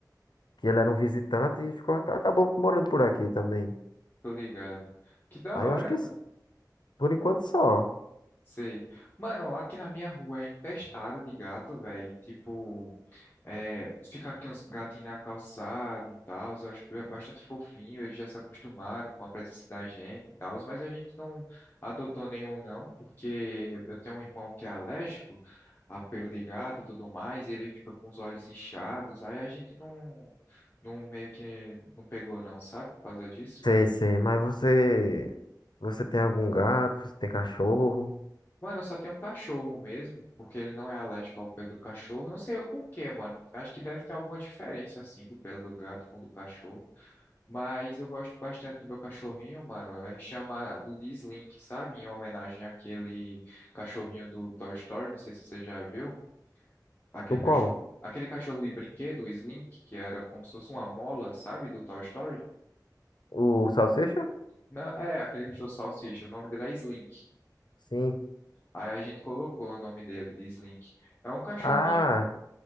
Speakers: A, on the left (about 80°); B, on the left (about 25°).
A: que ele era um visitante e ficou, acabou morando por aqui também.
B: Tô ligado. Que da
A: Aí
B: hora,
A: eu acho que
B: mano.
A: s- por enquanto só.
B: Sei. Mano, aqui na minha rua é infestado de gato, velho. Tipo, é, fica aqui uns gatinhos na calçada e tal. Eu acho bastante fofinho. Eles já se acostumaram com a presença da gente e tal. Mas a gente não adotou nenhum, não, porque eu tenho um irmão que é alérgico a pelo de gato e tudo mais. E ele fica com os olhos inchados. Aí a gente não, não meio que não pegou, não, sabe? Por causa disso.
A: Sei, sei, mas você você tem algum gato, você tem cachorro?
B: Mano, eu só tenho cachorro mesmo, porque ele não é alérgico ao pelo do cachorro. Não sei o porquê, mano. Acho que deve ter alguma diferença, assim, do pelo do gato com o do cachorro. Mas eu gosto bastante do meu cachorrinho, mano. É chamado de Slink, sabe? Em homenagem àquele cachorrinho do Toy Story. Não sei se você já viu aquele
A: O qual?
B: cachorro. Aquele cachorro de brinquedo, o Slink, que era como se fosse uma mola, sabe? Do Toy Story.
A: O salsicha?
B: Não, é, aquele cachorro salsicha. O nome dele é Slink.
A: Sim.
B: Aí a gente colocou o nome dele de Slink. É um cachorrinho.
A: Ah,